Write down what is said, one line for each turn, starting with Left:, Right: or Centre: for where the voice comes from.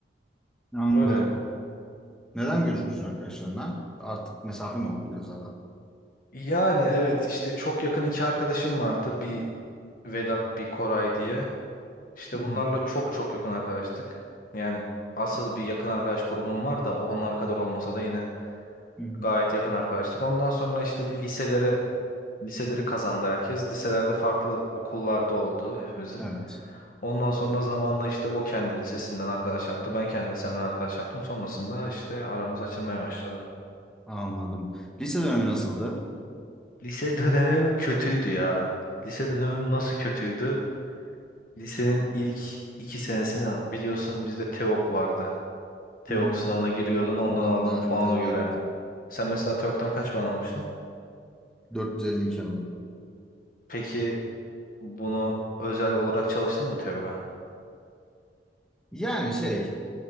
Centre: Anladım.
Left: öyle.
Centre: Neden görüşmüyorsun arkadaşlarına? Artık mesafe mi oldu biraz arada?
Left: Yani evet işte çok yakın iki arkadaşım vardı. Bir Vedat, bir Koray diye. İşte
Centre: Hı hı.
Left: bunlarla çok çok yakın arkadaştık. Yani asıl bir yakın arkadaş grubum var da onlar kadar olmasa da yine
Centre: Hı hı.
Left: gayet yakın arkadaştık. Ondan sonra işte liselere liseleri kazandı herkes. Liselerde farklı okullarda oldu hepimizin.
Centre: Evet,
Left: Ondan sonra zamanla işte o kendi lisesinden arkadaş yaptı. Ben kendi lisemden arkadaş yaptım. Sonrasında işte aramız açılmaya başladı.
Centre: anladım. Lise dönemi nasıldı?
Left: Lise dönemim kötüydü ya. Lise dönemim nasıl kötüydü? Lisenin ilk iki senesini biliyorsun bizde TEOG vardı. TEOG
Centre: Hı hı.
Left: sınavına giriyordun ondan
Centre: Ben
Left: aldığın
Centre: de aynı
Left: puana
Centre: TEO'ya
Left: göre.
Centre: girdim.
Left: Sen mesela TEOG'dan kaç puan almıştın?
Centre: 452 aldım.
Left: Peki bunu özel olarak çalıştın mı TEOG'a?
Centre: Yani şey